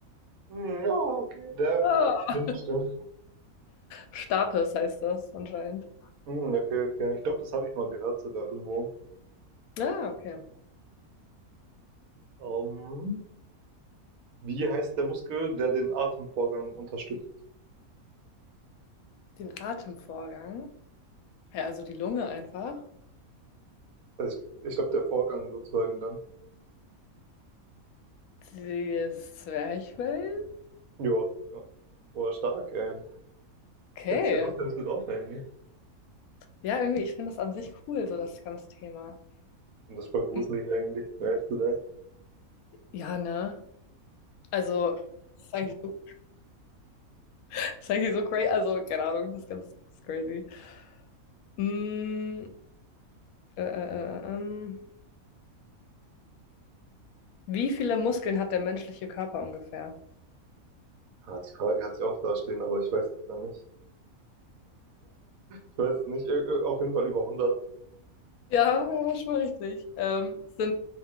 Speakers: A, on the right; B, on the left.
A: Hm, Ja, okay. Der,
B: Ah,
A: stimmt, stimmt.
B: Stapes heißt das anscheinend.
A: Hm, okay, okay. Ich glaube, das habe ich mal gehört sogar irgendwo.
B: Ah, okay.
A: Ähm, wie heißt der Muskel, der den Atemvorgang unterstützt?
B: Den Atemvorgang. Ja, also die Lunge einfach.
A: Also ich ich glaube, der Vorgang sozusagen dann.
B: Das Zwerchfell.
A: Jo, ja. Boah, stark, ey.
B: Okay.
A: Kennst du ja auch ganz gut aus eigentlich. Ich
B: Ja, irgendwie, ich finde das an sich cool, so das ganze Thema.
A: finde das ist voll gruselig
B: Hm,
A: eigentlich, um ehrlich zu sein.
B: Ja, ne? Also, das ist eigentlich so, das ist eigentlich so crazy. Also, keine Ahnung, das ist ganz das ist crazy. Mm, äh, äh, äh, ähm. Wie viele Muskeln hat der menschliche Körper ungefähr?
A: Ah, die Frage hat sie auch da stehen, aber ich weiß es dann nicht. <laughs> Ich weiß es nicht. Ir- ir- Auf jeden Fall über 100.
B: Ja, ja, schon richtig. Ähm, es sind